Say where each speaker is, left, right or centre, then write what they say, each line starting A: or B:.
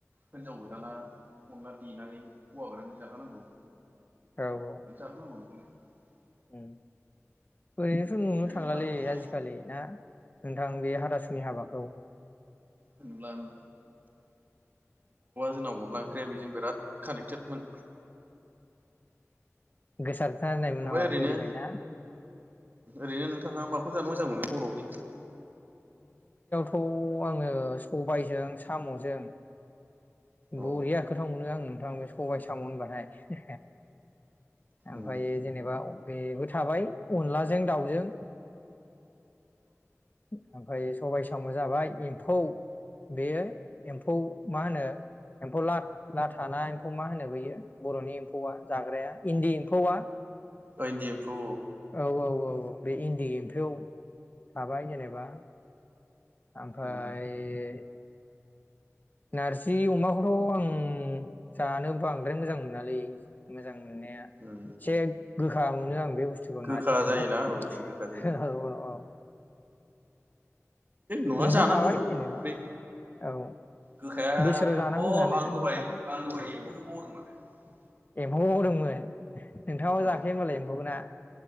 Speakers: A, on the right; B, on the left.
A: हिनजाव गोदाना अनला देनानै हौवा गोदान जाहोनांगौ।
B: औ औ।
A: <unintelligible>
B: औ। ओरैनोथ' नुनो
A: बे
B: थांलालै
A: अनला ओंख्रि
B: आजिखालि ना नोंथां बे हाथासुनि हाबाखौ।
A: होन नङाबा, जोंनाव अनला ओंख्रिया बेजों बिराद कानेक्टेडमोन।
B: गोसार सारनायमोन
A: ओमफ्राय
B: नामा
A: ओरैनो
B: गोदोहाय ना?
A: ओरैनो नोंथाङा मा <unintelligible> जानो मोजां मोनो बर'नि ओंख्रियाव।
B: खौ आङो सबायजों साम'जों बरिया
A: अ
B: गोथाव मोनो आं नोंथां बे सबाय साम' होनबाथाय, ओमफ्राय
A: उम
B: जेनेबा बेबो थाबाय अनलाजों दाउजों। ओमफ्राय सबाय
A: बायदि एम्फु
B: औ औ औ औ बे इन्डि एम्फौ थाबाय‌। जेनेबा ओमफ्राय
A: उम
B: नारजि अमाखौथ' आं जानो बांद्राय मोजां मोनालै मोजां
A: उम
B: <unintelligible> गोखा मोनो आं। बे बुस्थुखौ
A: गोखा
B: नारजिखौ
A: जायोना
B: औ
A: एसे गोखा जायो
B: औ औ।
A: नङा
B: एम्फौ
A: जानांगौ
B: थाबाय जेनेबा
A: बे
B: औ
A: गोखाया अ
B: बोसोराव जानांगौ जानाया
A: आं दहाय
B: गोखाखौ
A: आं दहाय <unintelligible>
B: एम्फौ मावदोंमोन। नोंथाङाबो जाखायो
A: औ
B: होनबालाय एम्फौखौ ना?